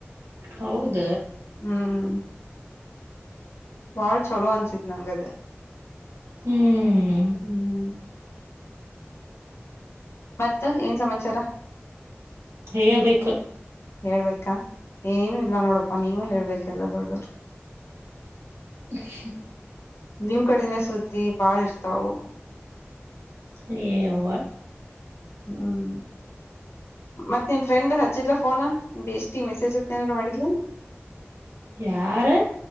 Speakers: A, on the right; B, on the left.
A: ಹೌದ
B: ಹ್ಮ್ ಬಾಳ್ ಚಲೋ ಅನ್ಸಿದ್ ನಂಗದ
A: ಹ್ಮ್
B: ಹ್ಮ್ ಮತ್ತ ಏನ್ ಸಮಾಚಾರ
A: ಹೇಳಬೇಕು
B: ಹೇಳ್ಬೇಕಾ ಏನು ಇಲ್ಲ ನೋಡಪ್ಪಾ ನೀವ ಹೇಳ್ಬೇಕ ಎಲ್ಲ ದೊಡ್ಡವರು <inaudible>
A: ಇ <unintelligible>
B: ನಿಮ್ ಕಡನೇ ಸುದ್ದಿ ಬಾಳ ಇರ್ತಾವು
A: ಹೆ ಅವವ
B: ಹ್ಮ್ ಮತ್ತತ್ ನಿಮ ಫ್ರೆಂಡ್ ಹಚ್ಚಿಲ್ಲಲಾ ಫೋನ್ ಎಷ್ಟಿ ಮೆಸೇಜ್ ಅತ್ತ ಏನಾರ ಮಾಡಿಲ್ಲ <inaudible>
A: ಯಾರು